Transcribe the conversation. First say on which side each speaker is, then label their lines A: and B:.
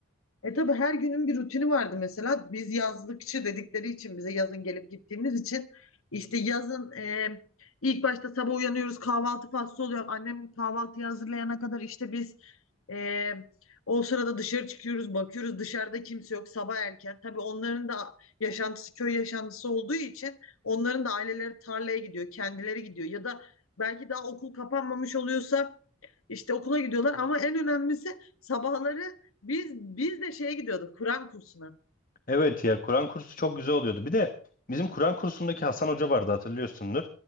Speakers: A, on the left; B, on the left.
A: E tabii her günün bir rutini vardı mesela. Biz yazlıkçı dedikleri için bize yazın gelip gittiğimiz için işte yazın e, ilk başta sabah uyanıyoruz kahvaltı faslı oluyor. Annem kahvaltıyı hazırlayana kadar işte biz e, o sırada dışarı çıkıyoruz bakıyoruz dışarıda kimse yok sabah erken. Tabii onların da yaşantısı köy yaşantısı olduğu için onların da aileleri tarlaya gidiyor kendileri gidiyor ya da belki daha okul kapanmamış oluyorsa işte okula gidiyorlar ama en önemlisi sabahları biz biz de şeye gidiyorduk Kur'an kursuna.
B: Evet ya Kur'an kursu çok güzel oluyordu. Bir de bizim Kur'an kursundaki Hasan Hoca vardı hatırlıyorsundur.